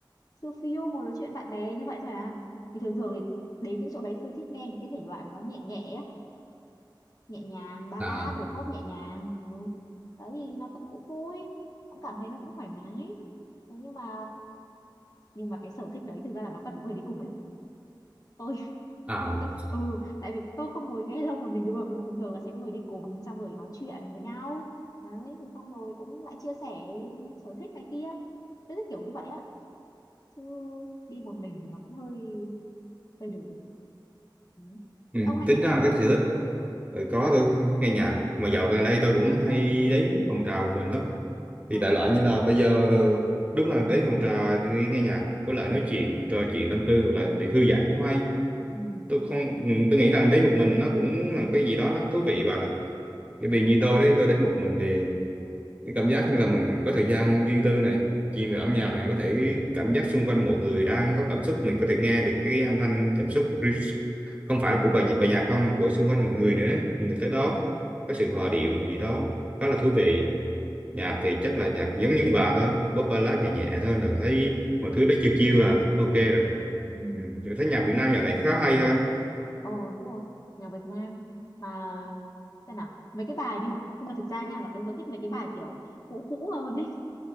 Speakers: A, on the left; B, on the right.
A: siêu phiêu ngồi nói chuyện bạn bè như vậy thôi à thì thường thường thì đến những chỗ đấy tôi thích nghe những cái thể loại mà nó nhẹ nhẹ á, nhẹ nhàng ballad
B: à
A: rồi pop nhẹ nhàng ừ. đấy thì nó cũng cũng vui cũng cảm thấy nó cũng thoải mái Thế nhưng mà nhưng mà cái sở thích đấy thực ra là nó cần người đi cùng ấy tôi
B: à
A: tôi tôi ừ tại vì tôi không ngồi nghe lâu một mình được mà thường thường là sẽ người đi cùng xong rồi nói chuyện với nhau đấy thế xong rồi cũng lại chia sẻ sở thích này kia tôi thích kiểu như vậy á chứ đi một mình thì nó cũng hơi hơi lười ừ.
B: Ừ,
A: thế ông hay
B: tính
A: nghe nhạc
B: ra
A: không
B: cái sở thích ừ, có tôi nghe nhạc mà dạo gần đây tôi cũng hay đến phòng trà của mình lắm thì
A: ờ
B: đại
A: vậy
B: loại
A: hả
B: như là bây giờ đúng là đến phòng trà để nghe nhạc với lại nói chuyện trò chuyện tâm tư hoặc là để thư giãn cũng hay
A: ừ
B: tôi không ừ, tôi nghĩ rằng đến một mình nó cũng là một cái gì đó nó thú vị bạn ạ bởi vì như tôi đấy tôi đến một mình thì cái cảm giác như là mình có thời gian riêng tư này chìm
A: ừ
B: vào âm nhạc này có thể cảm giác xung quanh mọi người đang có cảm xúc mình có thể nghe được cái âm thanh cảm xúc ri- không phải
A: ừ
B: của bài nhạc bài nhạc không mà của xung quanh mọi người nữa người tới đó
A: ừ
B: có sự hòa điệu gì đó đó là thú vị nhạc thì chắc là nhạc giống như bà thôi pop ballad nhẹ nhẹ thôi là thấy mọi thứ đó chiêu chiêu là ok rồi
A: ừ
B: ừ. Rồi thấy nhạc Việt Nam dạo này khá hay ha
A: ồ đúng rồi nhạc Việt Nam mà xem nào mấy cái bài nhưng mà nhưng mà thực ra nha là tôi vẫn thích mấy cái bài kiểu cũ cũ hơn ấy